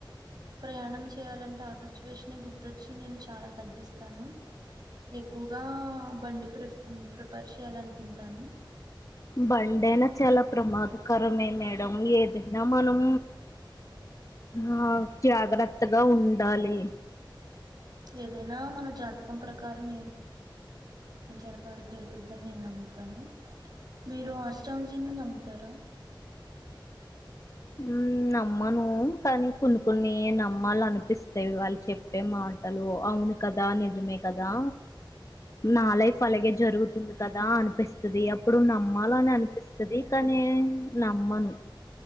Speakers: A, on the right; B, on the left.
A: ప్రయాణం చేయాలంటే ఆ సిచ్యువేషనే గుర్తొచ్చి నేను చాలా తగ్గిస్తాను ఎక్కువగా బండి <unintelligible> చేయాలనుకుంటాను
B: బండి అయినా చాలా ప్రమాదకరమే <unintelligible> ఏదైనా మనం ఆ జాగ్రత్త గత్తగా ఉండాలి
A: ఏదైనా మన జాతకం ప్రకారమే జరగాలి జరుగుద్దని నేను నమ్ముతాను మీరు అష్ట దీన్ని నమ్ముతారా
B: మ్ నమ్మను కానీ కొన్ని కొన్ని నమ్మాలనిపిస్తవి వాళ్ళు చెప్పే మాటలు అవును కదా నిజమే కదా నా లైఫ్ అలాగే జరుగుతుంది కదా అనిపిస్తది ఇప్పుడు నమ్మాలని అనిపిస్తది కానీ నమ్మను